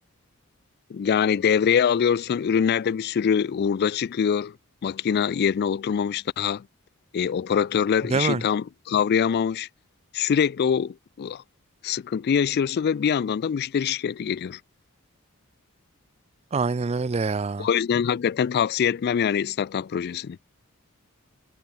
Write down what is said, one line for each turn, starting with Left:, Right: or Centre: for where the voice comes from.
Left: Yani devreye alıyorsun, ürünlerde bir sürü hurda çıkıyor. Makina yerine oturmamış daha. E, operatörler
Right: Değil
Left: işi
Right: mi?
Left: tam kavrayamamış. Sürekli o uh, sıkıntıyı yaşıyorsun ve bir yandan da müşteri şikayeti geliyor.
Right: Aynen öyle ya.
Left: O yüzden hakikaten tavsiye etmem yani startup projesini.